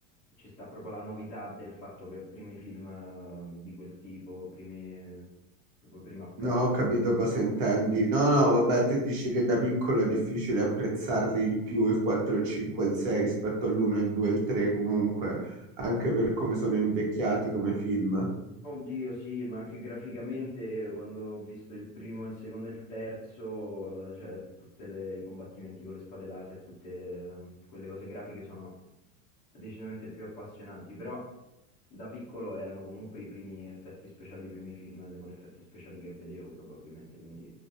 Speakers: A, on the left; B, on the right.
A: ci sta proprio la novità del fatto che primi film eh, di quel tipo, primi, proprio primo approccio.
B: No, ho capito cosa intendi. No, no, vabbè, te dici che da piccolo è difficile apprezzarli di più il 4, il 5 e il 6 rispetto all'1, il 2 e il 3 comunque, anche per come sono invecchiati come film.
A: Oddio, sì, ma anche graficamente eh, quando ho visto il primo, il secondo e il terzo, eh, cioè tutti i combattimenti con le spade laser, tutte eh, quelle cose grafiche sono decisamente più appassionanti, però da piccolo erano comunque i primi effetti speciali, i primi film con effetti speciali che vedevo probabilmente, quindi